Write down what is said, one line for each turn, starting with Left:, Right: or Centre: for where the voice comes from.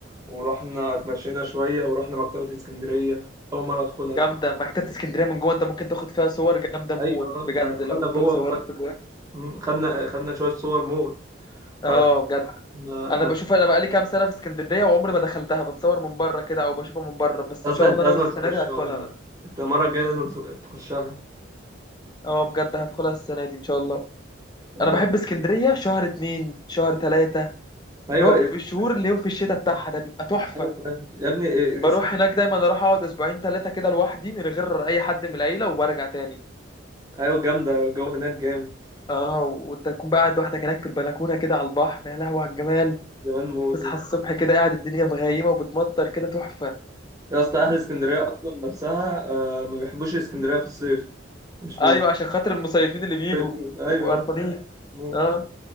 Right: ورحنا اتمشينا شوية ورحنا مكتبة اسكندرية أول مرة أدخلها
Left: جامده مكتبه اسكندريه من جوه انت ممكن تاخد فيها صور جامده موت
Right: أيوة
Left: بجد
Right: ما دخلنا
Left: لو انت
Right: جوه
Left: اتصورت
Right: وخد
Left: جوه
Right: مم، خدنا خدنا شوية صور موت بعد
Left: اه بجد
Right: ما اتمشينا
Left: انا بشوف انا بقالي كام سنه في اسكندريه وعمري ما دخلتها بتصور من بره كده او بشوفها من بره بس
Right: أصلا
Left: ان شاء
Right: أنت
Left: الله
Right: لازم
Left: ناوي السنه
Right: تخشها
Left: دي هدخلها
Right: أنت المرة الجاية لازم تخ- تخشها
Left: اه بجد هدخلها السنه دي ان شاء الله
Right: <laughs>
Left: انا بحب
Right: آه.
Left: اسكندريه شهر اتنين شهر تلاته
Right: أيوة
Left: اللي هو في الشهور اللي هو في الشتاء بتاعها ده بيبقى تحفه
Right: أيوة فاهم. يا ابني إيه- إيه،
Left: بروح
Right: إس-
Left: هناك دايما اروح اقعد اسبوعين ثلاثه كده لوحدي من غير اي حد من العيله وبرجع تاني
Right: أيوة جامدة الجو هناك جامد
Left: اه وانت تكون بقى قاعد لوحدك هناك في البلكونه كده على البحر يا لهوي على الجمال
Right: جمال موت
Left: تصحى الصبح كده قاعد الدنيا مغيمه وبتمطر كده تحفه
Right: يا اسطى أهل اسكندرية أصلا نفسها آه، ما بيحبوش اسكندرية في الصيف مش بينزلوا
Left: ايوه عشان خاطر المصيفين اللي بيجوا
Right: صيفين أيوة
Left: يبقوا قرفانين
Right: موت.
Left: اه